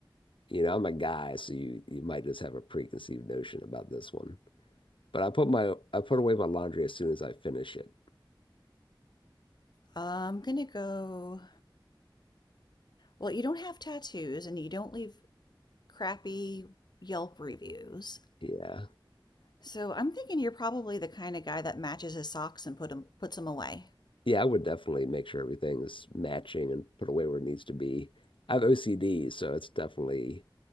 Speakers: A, on the left (about 80°); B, on the left (about 55°).
A: You know, I'm a guy, so you you might just have a preconceived notion about this one. But I put my I put away my laundry as soon as I finish it.
B: gonna go. Well, you don't have tattoos and you don't live crappy Yelp reviews.
A: Yeah.
B: So I'm thinking you're probably the kind of guy that matches his socks and put put 'em puts them away.
A: Yeah, I would definitely make sure everything is matching and put away where it needs to be. I have OCD, so it's definitely